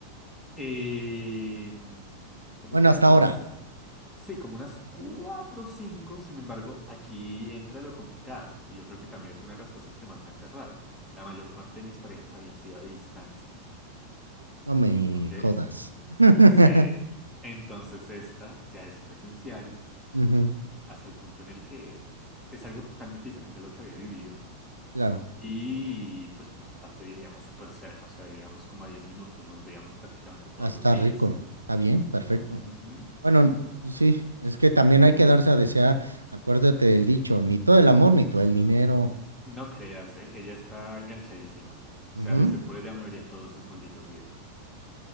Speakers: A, in the centre; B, on the right.
A: eh, ponle
B: Bueno,
A: tú
B: hasta
A: como
B: ahora.
A: unas, sí, como unas cuatro o cinco, sin embargo, aquí entra lo complicado, y yo creo que también es una de las cosas que más me ha aferrado. La mayor parte de mis parejas habían sido a distancia,
B: No me
A: ¿ok?
B: jodas. <laughs>
A: Sí. Entonces esta ya es presencial.
B: Ujú,
A: hasta el punto en el que es algo totalmente diferente a lo que había vivido.
B: claro,
A: Y pues aparte vivíamos súper cerca, o sea, vivíamos como a 10 minutos, nos veíamos prácticamente todos
B: Ah, está
A: los días.
B: rico, está bien, perfecto.
A: Ujú.
B: Bueno, pues sí, es que también hay que darse a desear. Acuérdate del dicho, ni todo el amor, ni todo el dinero.
A: No creas, ¿eh? Ella está enganchadísima. O
B: Ujú.
A: sea, de ser por ella me vería todos sus malditos días.